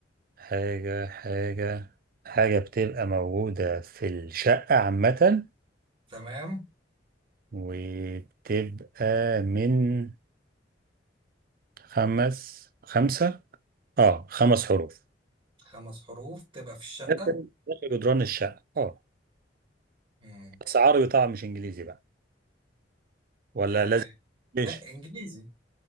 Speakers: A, on the right; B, on the right.
A: حاجة حاجة حاجة بتبقى موجودة في الشقة عامة
B: تمام
A: وبتبقى من خمس خمسة اه خمس حروف
B: خمس حروف تبقى في الشقة
A: ده فيلم اسمه جدران الشقة اه
B: مم.
A: بس عربي طبعا مش انجليزي بقى ولا
B: آه.
A: لازم ليش
B: لا انجليزي